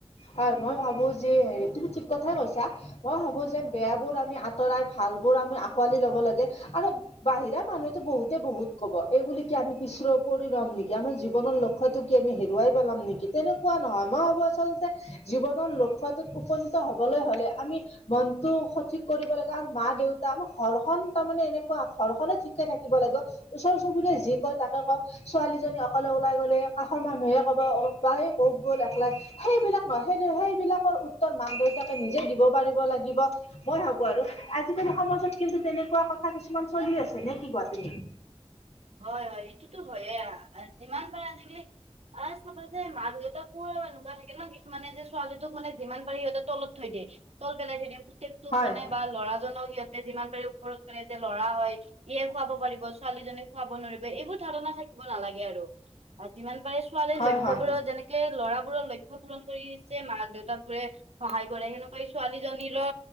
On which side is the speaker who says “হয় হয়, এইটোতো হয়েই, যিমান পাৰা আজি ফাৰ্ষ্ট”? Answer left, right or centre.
Right